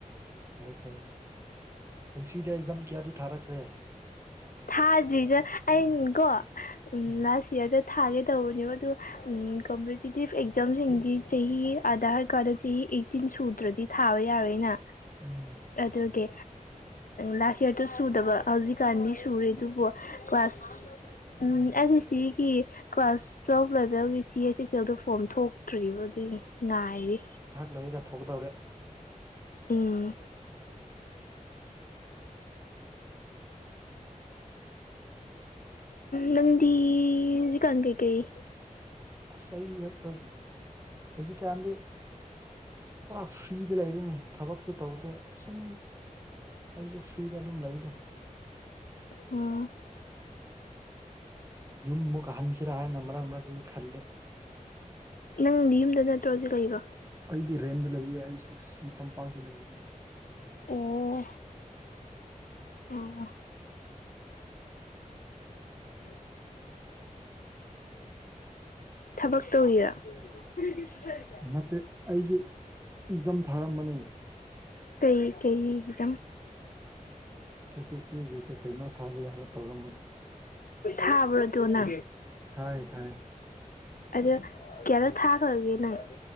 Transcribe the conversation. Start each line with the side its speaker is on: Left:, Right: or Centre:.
Right: ꯐꯔꯦ ꯐꯔꯦ ꯄꯨꯟꯁꯤꯗ ꯑꯦꯛꯖꯝ ꯀꯌꯥꯗꯤ ꯊꯥꯔꯛꯈ꯭ꯔꯦ
Left: ꯊꯥꯗ꯭ꯔꯤꯗ ꯑꯩꯅ ꯀꯣ
Right: ꯎꯝ
Left: ꯂꯥꯁ ꯏꯌꯥꯔꯗ ꯊꯥꯒꯦ ꯇꯧꯕꯅꯦꯕ ꯑꯗꯨ ꯎꯝ ꯀꯝꯄꯤꯇꯤꯇꯤꯚ ꯑꯦꯛꯖꯥꯝꯁꯤꯡꯗꯤ ꯆꯍꯤ ꯑꯙꯥꯔ ꯀꯥꯔꯗ ꯆꯍꯤ ꯑꯩꯠꯇꯤꯟ ꯁꯨꯗ꯭ꯔꯗꯤ ꯊꯥꯕ ꯌꯥꯔꯣꯏꯅ
Right: ꯎꯝ <unintelligible>
Left: ꯑꯗꯨꯀꯦ ꯂꯥꯁ ꯌꯔꯗꯣ ꯁꯨꯗꯕ ꯍꯧꯖꯤꯛꯀꯥꯟꯗꯤ ꯨꯔꯦ ꯑꯗꯨꯕꯨ ꯀ꯭ꯂꯥꯁ ꯎꯝ ꯑꯁꯤꯁꯤꯒꯤ ꯀ꯭ꯂꯥꯁ ꯇꯨꯌꯦꯜꯐ ꯂꯦꯚꯦꯜꯒꯤ ꯁꯤ ꯑꯦꯁ ꯁꯤ ꯑꯦꯜꯗ ꯐꯣꯔꯝ ꯊꯣꯛꯇ꯭ꯔꯤꯕ ꯑꯗꯨꯒꯤ ꯉꯥꯏꯔꯤ
Right: ꯉꯥꯏꯍꯥꯛ ꯂꯩꯔꯒ ꯊꯣꯛꯀꯗꯧꯔꯦ
Left: ꯎꯝ <inaudible> ꯂꯪꯗꯤꯖꯤ ꯀ ꯀ ꯀꯩ
Right: ꯁꯩ ꯍꯧꯖꯤꯛ ꯍꯧꯖꯤꯛ ꯀꯥꯟꯗ ꯄꯨꯔꯥ ꯐ꯭ꯔꯤꯗ ꯂꯩꯔꯤꯅꯦ ꯊꯕꯛꯁꯨ ꯇꯧꯗꯦ ꯁꯨꯝ ꯑꯩꯁꯨ ꯐ꯭ꯔꯤꯗ ꯑꯗꯨꯝ ꯂꯩꯗ
Left: ꯎꯝ
Right: ꯌꯨꯝ ꯃꯨꯛ ꯍꯟꯁꯤꯔꯥ ꯍꯥꯏꯅ ꯃꯔꯛ ꯃꯔꯛꯇꯗꯤ ꯈꯜꯜꯂꯤꯦ
Left: ꯅꯪꯗꯤ ꯌꯨꯝꯗ ꯅꯠꯇ꯭ꯔꯣꯁꯤ ꯀꯩꯀꯣ
Right: ꯑꯩꯗꯤ ꯔꯦꯟꯗ ꯂꯩꯌꯦ ꯑꯩꯁꯨ ꯁꯤ ꯇꯝꯄꯥꯛꯇ ꯂꯩꯔꯤꯌꯦ
Left: ꯑꯣ ꯑꯣ ꯎꯝ ꯊꯕꯛ ꯇ ꯍꯔ ꯄꯨꯗꯤꯔꯦ
Right: ꯅꯠꯇꯦ ꯑꯩꯁꯨ ꯑꯦꯛꯖꯥꯝ ꯊꯥꯔꯝꯕꯅꯦ
Left: ꯀꯩ ꯀꯩꯗꯝ
Right: ꯑꯦꯁ ꯁꯦꯁ ꯁꯤꯒꯤ ꯀꯩ ꯀꯩꯅꯣ ꯊꯥꯕ ꯌꯥꯕ ꯇꯧꯔꯝꯃꯅꯤ
Left: ꯊꯥꯕ꯭ꯔꯗꯅ
Right: ꯊꯥꯏ ꯊꯥꯏ
Left: ꯑꯗ ꯀꯌꯥꯔꯛ ꯊꯥꯈ꯭ꯔꯒꯦ ꯅꯪ